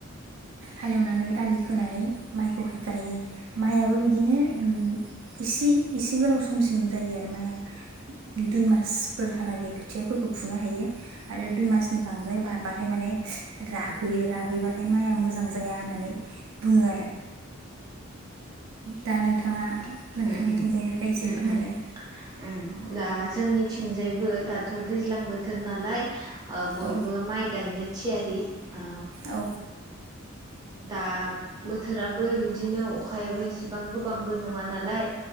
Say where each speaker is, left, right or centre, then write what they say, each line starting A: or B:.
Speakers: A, on the right; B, on the right.
A: हालेवनानै आलि खोनानै माइखौहाय गायो। मायाबो बिदिनो इसे इसे गोलाव समसिम जायो आरो माया। दुइ मासफोरहालागै खोथियाफोरखौ फुनो हायो। आरो दुइ मासनि बांद्राय बारबा फ्राय माने राहैयो, राहैबाथाय माया मोजां जाया होननानै बुङो आरो दा नोंथाङा नोंथांनिथिंजायनिफ्राय
B: उम
A: एसे
B: उम
A: फोरमायलाय।
B: उम उम दा जोंनिथिंजायबो दाथ' दैज्लां बोथोर नालाय ओ बयबो
A: औ
B: माइ गायनो थियारि। आ
A: औ
B: दा बोथोराबो इदिनो अखायाबो एसेबां गोबांबो नङा नालाय